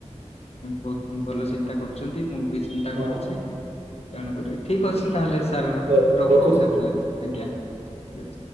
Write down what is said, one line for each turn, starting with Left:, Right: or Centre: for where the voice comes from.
Left: ବହୁତ ଭଲ ଚିନ୍ତା କରୁଛନ୍ତି ମୁଁ ବି ଚିନ୍ତା
Right: ହଉ
Left: କରୁଚି। ଜାଣୁ କରିବ ଠିକ ଅଛି ତାହେଲେ ସାର୍
Right: ହଉ
Left: ରହୁଛି
Right: ରଖୁଛି।
Left: ତାହେଲେ ଆଜ୍ଞା ଠିକ ଅଛି।